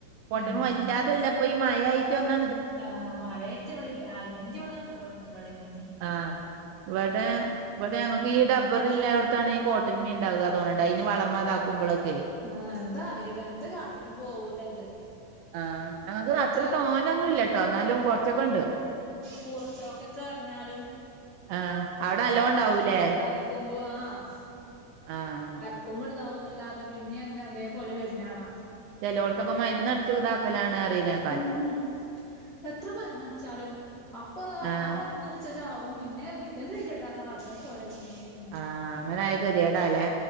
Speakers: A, on the right (about 80°); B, on the left (about 35°).
A: കോട്ടരുമ
B: ഏഹ്
A: വല്ലാതല്ലപ്പൊ ഈ മഴമായിട്ട് ഒന്ന
B: ആഹ് മഴയായിട്ട് എവിടെല്ല അല്ലെങ്കിൽ ഇവിടെന്നല്ലോണ്ട് ഇവിടെന്ന് തന്നെ.
A: ആഹ് വടെ വിടെ ഞങ്ങൾക്ക് ഈ ഡബർ ഇല്ലായിടത്താണ് ഈ കോട്ടരുമി ഉണ്ടാകുക തോന്ണ്ട് അയ്ന് വളമേ ഇതാക്കുമ്പോളോക്കെ
B: ആഹ് ന്താ അറിയില്ല എന്ത് കാട്ടിലും പോവൂല അത്.
A: ആഹ് ഞങ്ങക്ക്
B: എത്ര
A: അത്ര തോന്നൊന്നുംല്ലട്ടോ ന്നാലും കൊറച്ചൊക്കെ ണ്ട്.
B: കൂറച്ചോക്ക ക്കെ വരഞ്ഞാലും
A: ആഹ് അവിടെ നല്ലോ
B: അത് വര
A: ഉണ്ടാവൂലേ
B: വരക്കുമ്പോ ആഹ്
A: ആഹ്
B: ക്കുമ്പോതാവന്നല്ലാതെ പിന്നെ അങ്ങ് അതേപോലെ വരുന്നാണ
A: ചിലോടത്തൊക്കെ മര്ന്നടിച്ചു ഇതാക്കലാണ്റിനേക്കാ
B: മം എത്ര മരുന്നടിച്ചാലും അപ്പൊത
A: ആഹ്
B: ആ മ അടിച്ച ചാവും. പിന്നെ പിറ്റേലൈറ്റ്ട്ടാക്കണം അതേപോലെ പിന്നെ വര്ന്ന്.
A: ആഹ് അങ്ങനെ ആയക്കെതിയെടാല്ലെ